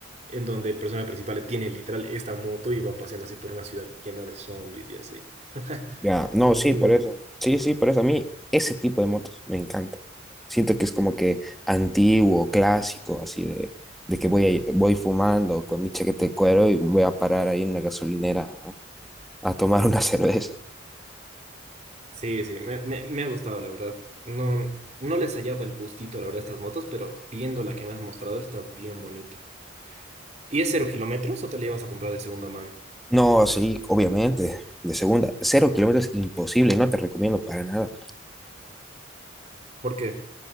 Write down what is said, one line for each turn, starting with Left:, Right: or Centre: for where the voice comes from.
Right: en donde el personaje principal tiene literal esta moto y va paseando así por una ciudad llena de zombies y así. <laughs>
Centre: Ya, no,
Right: Es
Centre: sí,
Right: muy
Centre: por
Right: bueno.
Centre: eso. Sí, sí, por eso a mí ese tipo de motos me encanta. Siento que es como que antiguo, clásico, así de, de que voy, a- voy fumando con mi chaqueta de cuero y voy a parar ahí en una gasolinera a, a tomar una <laughs> cerveza.
Right: Sí, sí, me, me, me ha gustado, la verdad. No, no les hallaba el gustito, la verdad, a estas motos, pero viendo la que me has mostrado está bien bonita. ¿Y es cero kilómetros o te la ibas a comprar de segunda mano?
Centre: No, sí, obviamente, de segunda. Cero kilómetros, imposible, no te recomiendo para nada.
Right: Porque